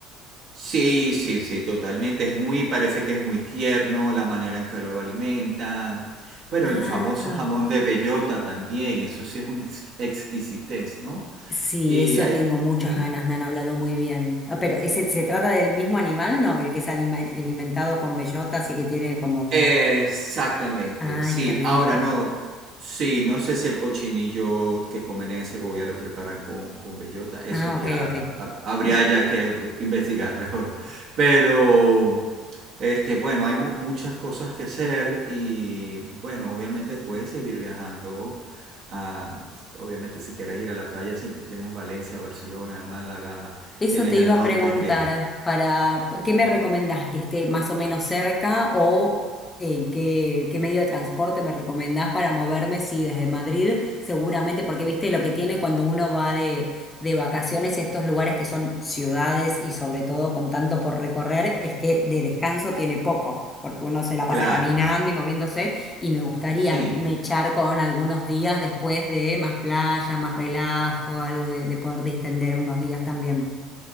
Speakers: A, on the right; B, on the left.
A: Sí, sí, sí, totalmente. Es muy, parece que es muy tierno la manera en que lo alimentan. Bueno,
B: Ah,
A: el famoso jamón de bellota también, eso sí es una ex- exquisitez, ¿no?
B: sí,
A: Y
B: eso
A: hay...
B: tengo muchas
A: mm,
B: ganas, me han hablado muy bien. Ah, pero ese, ¿se trata del mismo animal, no? El que es alima- alimentado con bellotas y que tiene como...
A: Exactamente,
B: Ay,
A: sí.
B: qué rico.
A: Ahora no, sí, no sé si el cochinillo que comen en Segovia lo preparan con, con bellota. Eso
B: Ah,
A: ya
B: ok, ok.
A: ha- habría
B: <laughs>
A: ya que bu- investigar <laughs> mejor. Pero, este, bueno, hay mu- muchas cosas que hacer y, bueno, obviamente puedes seguir viajando. a- obviamente, si quieres ir a la playa, siempre tienes Valencia, Barcelona, Málaga,
B: Eso
A: tienes
B: te iba
A: el norte
B: a preguntar,
A: que,
B: para, ¿qué me
A: Ujú.
B: recomendás? ¿Que esté más o menos cerca o eh, qué, qué medio de transporte me recomendás para moverme? Sí, desde Madrid, seguramente, porque viste lo que tiene cuando uno va de, de vacaciones y estos lugares que son ciudades y sobre todo con tanto por recorrer, es que de descanso tiene poco, porque uno se la pasa
A: claro,
B: caminando y moviéndose y me gustaría
A: sí.
B: mechar con algunos días después de más playa, más relajo, algo de de poder distender unos días también.